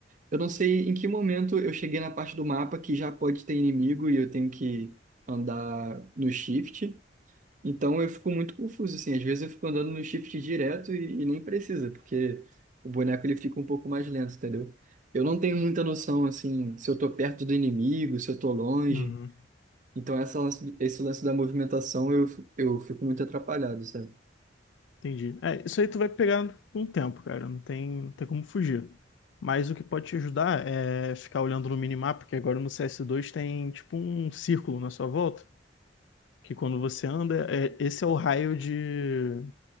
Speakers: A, on the right; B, on the left.
A: eu não sei em que momento eu cheguei na parte do mapa que já pode ter inimigo e eu tenho que andar no shift. Então eu fico muito confuso assim, às vezes eu fico andando no shift direto e, e nem precisa, porque o boneco ele fica um pouco mais lento, entendeu? Eu não tenho muita noção assim, se eu tô perto do inimigo, se eu tô longe.
B: uhum.
A: Então essa lance- esse lance da movimentação eu, fi- eu fico muito atrapalhado, sabe?
B: Entendi. É, isso aí tu vai pegar com o tempo, cara. Não tem, não tem como fugir. Mas o que pode te ajudar é ficar olhando no minimapa, que agora no CS2 tem tipo um círculo na sua volta, que quando você anda, é- esse é o raio de,